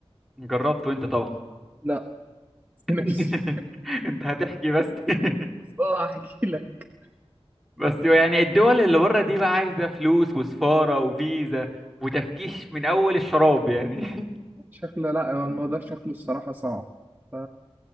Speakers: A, in the centre; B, on the right (about 20°).
A: جربته انت طبعا
B: لا
A: <laughs>
B: <laughs> نفسي
A: انت هتحكي بس <laughs>
B: اه احكي لك
A: بس يعني الدول اللي بره دي بقى عايزة فلوس وسفارة وفيزا وتفكيش من أول الشراب يعني <laughs>
B: شكله لا هو الموضوع شكله الصراحه صعب ف